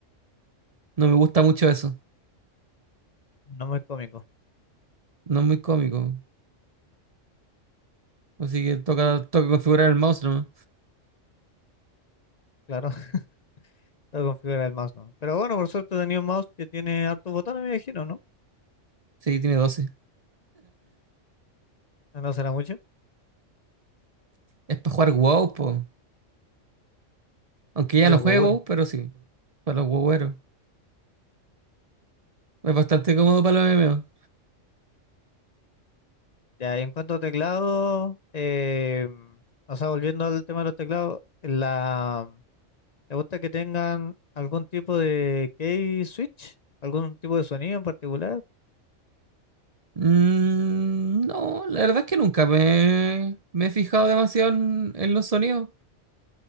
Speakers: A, on the right; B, on the left.
A: no me gusta mucho eso.
B: No muy cómico,
A: No es muy cómico. Así que toca, toca configurar el mouse nomás.
B: claro, <laughs> para configurar el mouse no. Pero bueno, por suerte tenía un mouse que tiene hartos botones, me imagino, ¿no?
A: Sí, tiene doce.
B: No será mucho,
A: Es para jugar WoW, po. Aunque
B: para
A: ya
B: los
A: no juego
B: huevueros.
A: WoW, pero sí, para los WoWeros. Es bastante cómodo para los MMO.
B: Ya, y en cuanto a teclado, eh, o sea, volviendo al tema de los teclados, la ¿Te gusta que tengan algún tipo de key switch? ¿Algún tipo de sonido en particular?
A: Mm, no, la verdad es que nunca me, me he fijado demasiado en, en los sonidos.